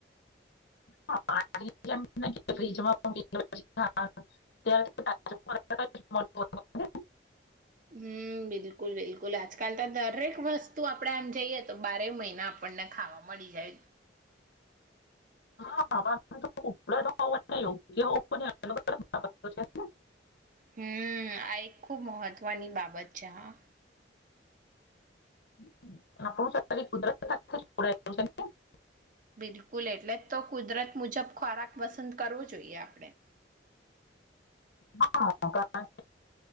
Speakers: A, on the left; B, on the right.
A: <inaudible>
B: હમ્મ બિલકુલ બિલકુલ આજકાલ તો દરેક વસ્ તો આપણેે આમ જઈએ તો બારે મહિના આપણને ખાવા મળી જાય.
A: <unintelligible>
B: હમ્મ આ એક ખુબ મહત્વની બાબત છે હા.
A: આપણું <unintelligible>
B: બિલકુલ એટલે તો કુદરત મુજબ ખોરાક પસંદ કરવો જોઈએ. આપ
A: હા. <unintelligible>